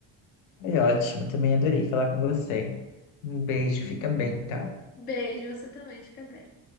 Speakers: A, on the left; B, on the left.
A: é ótimo. Também adorei falar com você. Um beijo, fica bem, tá?
B: Beijo, você também, fica bem.